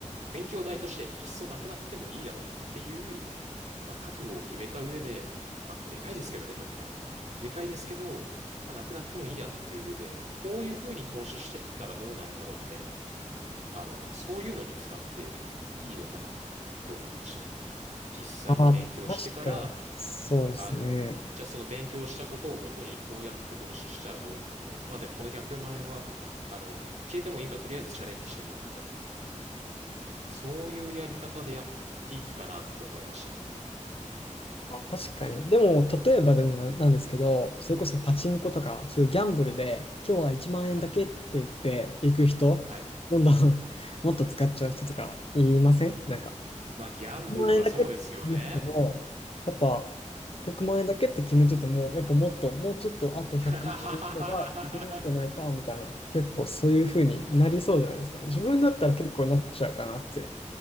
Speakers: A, on the right (about 65°); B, on the left (about 45°).
A: 勉強代としていっそなくなってもいいだろうっていうまあ、覚悟を決めた上で、まあ、でかいですけどね、100万円。でかいですけど、まあ、なくなってもいいやっていう上で、こういうふうに投資してったらどうなんだろうみたいな、あの、そういうのに使っていいのかなって思いましたね。実際に勉強してから、
B: ああ、確かに、そうですね。
A: あの、じゃあその勉強したことをもとにこうやって投資したらどうなんだろう。まあでもこの100万円は、あの、消えてもいいからとりあえずチャレンジしてみようみたいな、そういうやり方でやっていくかなって思いましたね、今。
B: あ、確かに。でも、例えばでもなんですけど、それこそパチンコとか、そういうギャンブルで、今日は1万円だけって言って行く人、
A: はい。はい。
B: どんどん <laughs> もっと使っちゃう人とかいませんなんか、
A: まあ、ギャンブルはそうですよね。
B: 100万円だけって決めてても、やっぱ、100万円だけって決めてても、やっぱもっと、もうちょっとあと100万円あればいけるんじゃないか、
A: <laughs>
B: みたいな、結構そういう風になりそうじゃないですか。自分だったら結構なっちゃうかなって